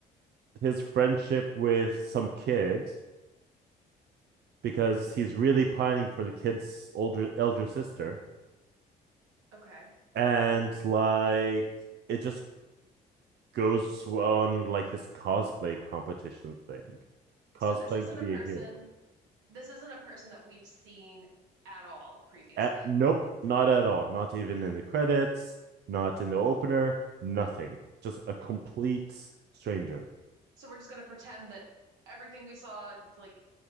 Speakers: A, on the right; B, on the right.
A: his friendship with some kid because he's really pining for the kid's older elder sister
B: Okay.
A: and like it just goes on like this cosplay competition thing cosplaying
B: So this isn't
A: to be
B: a person,
A: a hero
B: this isn't a person that we've seen at all previously.
A: at, nope not at all not even in the credits not in the opener nothing just a complete stranger
B: So we're just going to pretend that everything we saw like